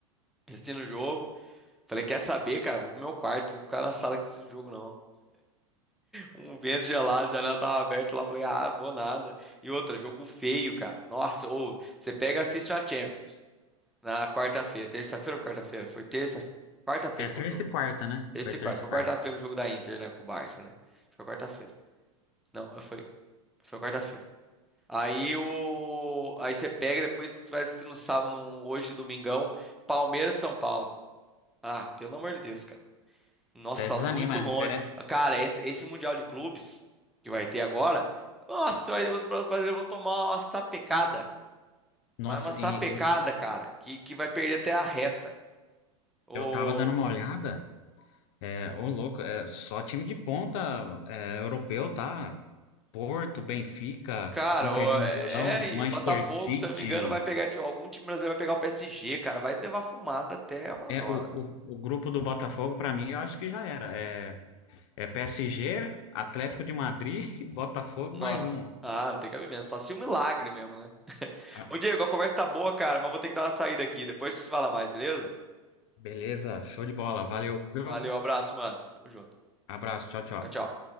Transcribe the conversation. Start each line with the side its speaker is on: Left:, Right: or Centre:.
Centre: assistindo o jogo. Falei, quer saber, cara? Vou pro meu quarto, vou ficar na sala aqui assistindo o jogo, não. Um vento gelado, a janela tava aberta lá, eu falei, ah, vou nada. E outra, jogo feio, cara. Nossa, ou você pega e assiste a Champions na quarta-feira, terça-feira ou quarta-feira? Foi terça, quarta-feira
Left: É terça
Centre: foi o jogo
Left: e
Centre: do
Left: quarta,
Centre: Barça.
Left: né?
Centre: Terça
Left: Foi
Centre: e
Left: terça
Centre: foi
Left: e
Centre: quarta-feira
Left: quarta.
Centre: o jogo da Inter, né, com o Barça, né? Foi quarta-feira. Não, foi, foi quarta-feira. Aí o aí você pega e depois você vai assistir no sábado, no- hoje, domingão, Palmeiras e São Paulo. Ah, pelo amor de Deus, cara. Nossa,
Left: Até desanima
Centre: muito
Left: a
Centre: longe.
Left: diferença.
Centre: Cara, esse, esse Mundial de Clubes que vai ter agora, nossa, vai- os bra- os brasileiros vão tomar uma sapecada.
Left: Nossa,
Centre: Mas uma sapecada,
Left: e eu,
Centre: cara, que, que vai perder até a reta. O,
Left: eu tava dando uma olhada. É, ô louco, é, só time de ponta é, europeu, tá? Porto, Benfica,
Centre: cara,
Left: Inter
Centre: o,
Left: de
Centre: é,
Left: Milão,
Centre: é, e
Left: Manchester
Centre: o Botafogo,
Left: City.
Centre: se eu não me engano, vai pegar, tipo, algum time brasileiro vai pegar o PSG, cara, vai levar fumada até umas
Left: É,
Centre: horas.
Left: o, o, o grupo do Botafogo, para mim, eu acho que já era. É, é PSG, Atlético de Madrid, <laughs> e Botafogo,
Centre: Nossa.
Left: mais um.
Centre: Ah, não tem cabimento, só se um milagre mesmo, né?
Left: Ah,
Centre: Ô, Diego, a conversa tá boa, cara, mas vou ter que dar uma saída aqui. Depois a gente se fala mais, beleza?
Left: beleza, show de bola. Valeu, viu?
Centre: Valeu, abraço, mano. Tamo junto.
Left: Abraço, tchau, tchau.
Centre: Tchau, tchau.